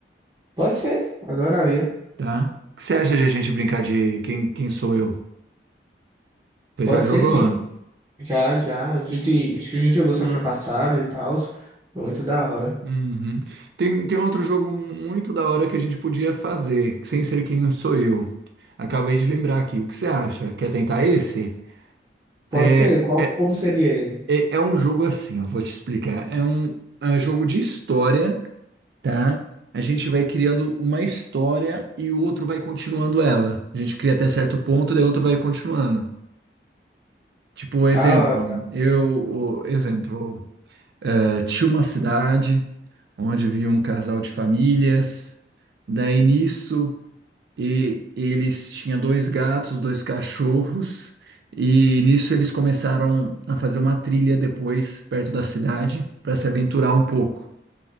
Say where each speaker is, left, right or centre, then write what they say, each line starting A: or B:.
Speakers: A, on the right; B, on the right.
A: Pode ser, adoraria.
B: tá? O que você acha de a gente brincar de quem, quem sou eu? Você
A: Pode
B: já jogou?
A: ser, sim. Já, já. A gente, acho que a gente jogou semana passada e tal. Muito da hora.
B: Uhum. Tem, tem outro jogo muito da hora que a gente podia fazer, sem ser quem sou eu. Acabei de lembrar aqui. O que você acha? Quer tentar esse?
A: Pode
B: É,
A: ser, qual,
B: é,
A: como seria ele?
B: é é um jogo assim, eu vou te explicar. É um, é um jogo de história, tá? A gente vai criando uma história e o outro vai continuando ela. A gente cria até certo ponto, daí o outro vai continuando. Tipo, exemplo,
A: Da hora.
B: eu, o- exemplo, Tinha uma cidade onde vivia um casal de famílias. Daí nisso, e eles tinham dois gatos, dois cachorros, e nisso eles começaram a fazer uma trilha depois, perto da cidade, para se aventurar um pouco.